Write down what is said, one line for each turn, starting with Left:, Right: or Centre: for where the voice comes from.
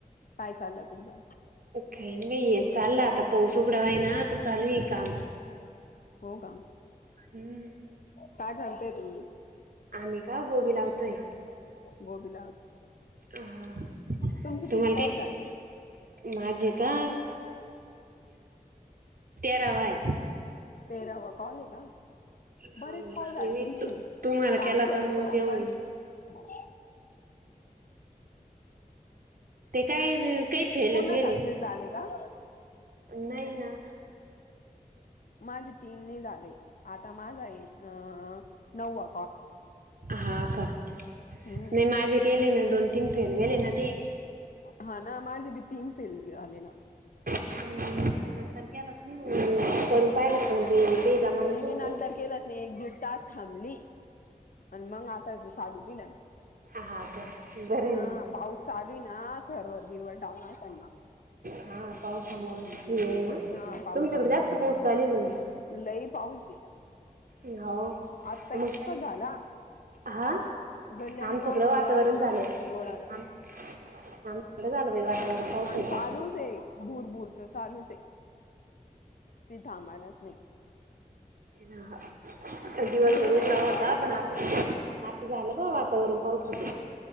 Left: काय चाललं तुमचा
Right: कान व चालला आता पाऊस उघडावा आहे ना तर चालू आहे काम
Left: हो का
Right: हम्म
Left: काय कररतेय तू
Right: आम् का गोबी लावतोय
Left: गोबी
Right: हा.
Left: तुमचे
Right: तुम्हाला
Left: किती कॉल
Right: काही
Left: झाले
Right: माझे का तेरावा आहे
Left: तेरावा कॉले का
Right: हा
Left: बरेच
Right: म्हणजे
Left: कॉल झाले
Right: मी
Left: तुमची
Right: तू तू मला
Left: काम
Right: केला
Left: करू
Right: का मग
Left: करू
Right: ते होईल.
Left: पण <inaudible>
Right: ते काय काही फेलच
Left: पूर्ण
Right: गेले
Left: सक्सेस झाले का
Right: नाही ना
Left: माझे तीनने झाले आता माझ आहे अ नवा
Right: हा का
Left: हम्म
Right: नाही माझे गले ना दोन तीन फेल गेले ना ते
Left: हा ना माझे बी तीन फेल आले ना
Right: नंतर केलाच करून पाहिलं पण ते ते जमानच
Left: मी
Right: होत
Left: बी नंतर केलंच नाही एक दीड तास थांबली आणि मग आता चालू दि
Right: हा का बरं आहे
Left: हा
Right: ना
Left: पाऊस चालू ना सरवर बिरवर टाऊन असल ना
Right: हा पावसामुळेो आहे ना
Left: हा पावसामुळे
Right: तुमच्याकडे जास्त पोच चालेल ना
Left: लई पाऊस आहे
Right: होग
Left: आता इतका झाला
Right: हा
Left: गल्ल्याने
Right: आमच्याकडे
Left: वाह
Right: वातावरण
Left: वाहत होता
Right: झालं.
Left: रोडाना
Right: आम आमच्याकडे झालं बाई वातावरण पावसाचं
Left: अ चालूच आहे भूर भूर तर चालूच आहे ती धामालाच नाही
Right: ह हा दिवसभर
Left: तिकडे नाही
Right: उठला
Left: ना
Right: होता
Left: पाऊस
Right: पण आ आता झालं ब वातावरण पावसाच